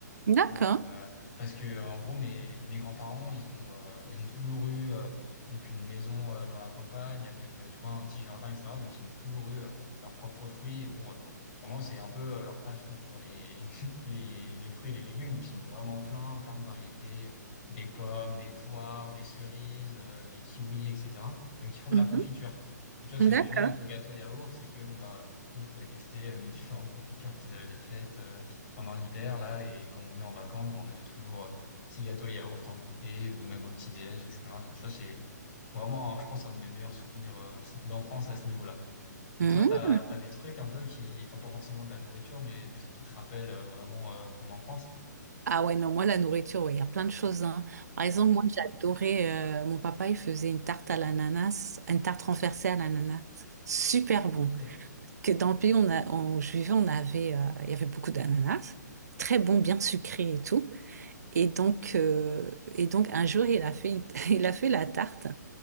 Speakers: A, on the right; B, on the left.
A: D'accord.
B: Euh, parce que euh, en gros mes, mes grands-parents ils ont euh, ils ont toujours eu euh, donc une maison euh, dans la campagne avec euh, tu vois un petit jardin etc donc ils ont toujours eu euh, leurs propres fruits et bon euh, vraiment c'est un peu euh, leur passion tu vois les <laughs> les les fruits et les légumes donc ils en ont vraiment plein plein de variétés des pommes des poires des cerises euh, des kiwis etc donc ils font de
A: Mhm.
B: la confiture et tu vois ce
A: D'accord.
B: que j'aimais bien avec le gâteau yaourt c'est que bon bah du coup, je pouvais tester euh, les différentes confitures qu'ils avaient faites euh, pendant l'hiver, là, et quand on venait en vacances, bon, on avait toujours euh, petit gâteau et yaourt en goûter, ou même au petit-déj, etc. Donc ça, c'est vraiment, je pense, un de mes meilleurs souvenirs euh, d'enfance à ce niveau-là. Et
A: Mhm.
B: toi, t'as, t'as des trucs un peu qui, enfin, pas forcément de la nourriture, mais des trucs qui te rappellent euh, vraiment euh, ton enfance?
A: Ah ouais, non, moi, la nourriture, ouais, il y a plein de choses, hein. Par exemple, moi, j'adorais, euh, mon papa, il faisait une tarte à l'ananas, une tarte renversée à l'ananas. Super bon.
B: Ok.
A: Que dans le pays on a, où je vivais, on avait, euh, il y avait beaucoup d'ananas. Très bon, bien sucré et tout. Et donc, euh, et donc un jour, il a fait, une- <laughs> il a fait la tarte.